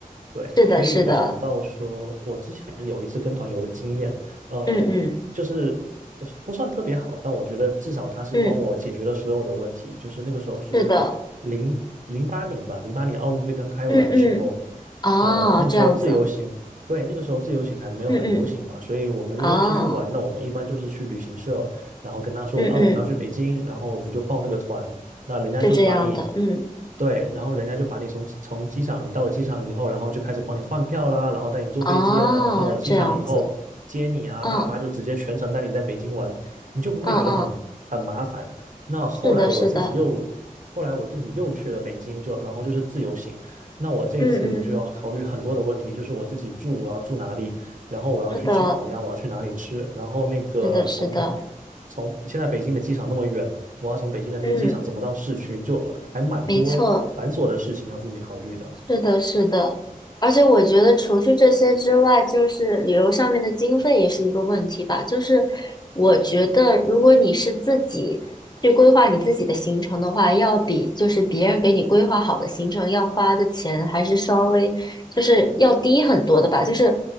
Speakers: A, on the right; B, on the left.
A: 对，
B: 是的，
A: 所以我就想到说，
B: 是的，
A: 我之前有一次跟团游的经验，呃，
B: 嗯嗯
A: 就是呃不算特别好，但我觉得至少他是帮我解决了所有的问题。
B: 嗯，
A: 就是那个时候是零零八年吧，
B: 是的，
A: 零八年奥运会刚开完的时候，
B: 嗯嗯，啊，
A: 呃，那个时候自由行，
B: 这样子，
A: 对，那个时候自由行还没有很流行嘛，
B: 嗯嗯，
A: 所以我们如果要出去玩，
B: 啊，
A: 那我们一般就是去旅行社，然后跟他说啊，
B: 嗯嗯。
A: 我们要去北京，然后我们就报那个团，那人家就把你，
B: 是这样的，嗯，
A: 对，然后人家就把你从从机场，你到了机场以后，然后就开始帮你换票啦，然后带你坐飞机啊，
B: 啊，
A: 然后到了机场以后接你啊，
B: 这样子，嗯
A: 大巴就直接全程带你在北京玩，你就不会觉得很很麻烦。
B: 嗯嗯，
A: 那后来我自己又，
B: 是的，是的，
A: 后来我自己又去了北京，就然后就是自由行。那我这一次我就要考虑很多的问题，
B: 嗯嗯，
A: 就是我自己住我要住哪里，然后我要去吃烤鸭，
B: 是的，
A: 我要去哪里吃，然后那个从
B: 是的，是的，
A: 从现在北京的机场那么远，我要从北京的那个机场怎么到市区，
B: 嗯，
A: 就还蛮多繁琐的事情要自己考虑的。
B: 没错。是的，是的，而且我觉得除去这些之外，就是旅游上面的经费也是一个问题吧。就是我觉得，如果你是自己去规划你自己的行程的话，要比就是别人给你规划好的行程要花的钱还是稍微就是要低很多的吧，就是